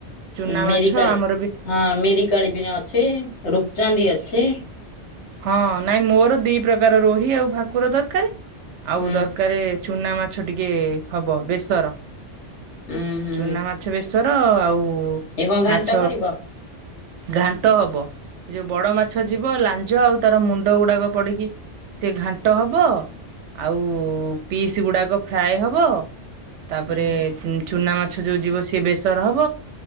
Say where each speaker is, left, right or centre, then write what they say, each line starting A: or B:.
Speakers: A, on the right; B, on the left.
A: ଚୁନା
B: ଉଁ ମିରିକାଳି
A: ମାଛ ଆମର ବି
B: ହଁ ମିରିକାଳି ବିଣେ ଅଛି ରୋ ଚାନ୍ଦି ଅଛି।
A: ହଁ ନାଇଁ ମୋର ଦି ପ୍ରକାର ରୋହି ଆଉ ଭାକୁର ଦରକାରେ ଆଉ
B: ହୁଁ
A: ଦରକାରେ ଚୁନା ମାଛ ଟିକେ ହବ ବେସର,
B: ହୁଁ ହୁଁ
A: ଚୁନା ମାଛ ବେସ୍ ସର ଆଉ
B: ଏ କଣ ଘାଣ୍ଟ
A: ମାଛ
B: କରିବ?
A: ଘାଣ୍ଟ ହବ ଏ ଯୋଉ ବଡ଼ ମାଛ ଯିବ ଲାଞ୍ଜ ଜ ଆଉ ତାର ମୁଣ୍ଡ ଗୁଡାକ ପଡିକି ସେ ଘାଣ୍ଟ ହବ। ଆଉ ପିସ୍ ଗୁଡାକ ଫ୍ରାଏ ହବ, ତାପରେ
B: ହୁଁ
A: ଚୁନା ମା ମାଛ ଯୋଉ ଯିବ ସିଏ ବେସର ହବ,